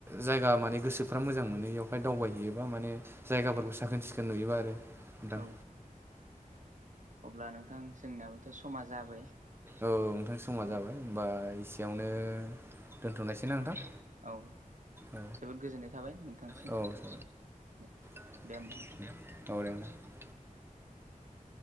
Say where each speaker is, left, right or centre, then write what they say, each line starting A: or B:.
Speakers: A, on the right (about 15°); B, on the right (about 60°).
A: जायगा माने गोसोफ्रा मोजां मोनो एयावहाय दावबायहैयोबा माने जायगाफोरखौ साखोन सिखोन नुयोबा आरो। नोंथां
B: औ ओम अब्ला नोंथां जोंनियाबोथ' समा जाबाय।
A: औ नोंथां समा
B: औ
A: जाबाय होनबा एसेयावनो दोनथ'नायसै ना नोंथां?
B: औ
A: औ
B: जोबोद गोजोननाय थाबाय नोंथांनिसिम
A: थाबाय औ जाबाय। औ
B: दे।
A: <inaudible>
B: होमबा नोंथां